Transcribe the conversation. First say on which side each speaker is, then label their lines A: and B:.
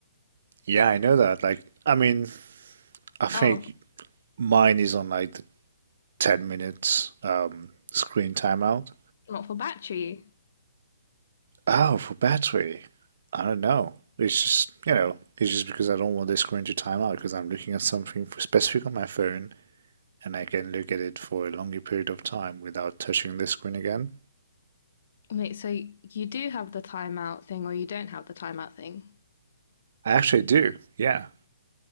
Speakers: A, on the right; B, on the left.
A: Yeah, I know that. Like, I mean, I think
B: Oh,
A: mine is on like the 10 minutes um, screen timeout.
B: not for battery.
A: Oh, for battery. I don't know. It's just, you know, it's just because I don't want the screen to time out because I'm looking at something for specific on my phone and I can look at it for a longer period of time without touching the screen again?
B: Wait, so you do have the timeout thing or you don't have the timeout thing?
A: I actually do, yeah.